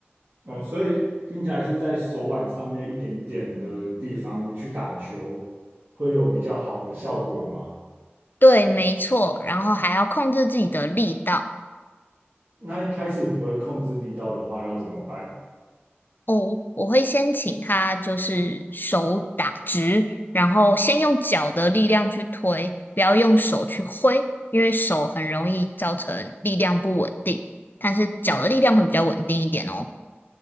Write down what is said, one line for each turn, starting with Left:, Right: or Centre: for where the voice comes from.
Right: 哦，所以听起来是在手腕上面一点点的地方去打球，会有比较好的效果吗？
Left: 对，没错，然后还要控制自己的力道。
Right: 那一开始不会控制力道的话，要怎么办？
Left: 哦，我会先请他就是手打直，然后先用脚的力量去推，不要用手去挥，因为手很容易造成力量不稳定。但是脚的力量会比较稳定一点哦。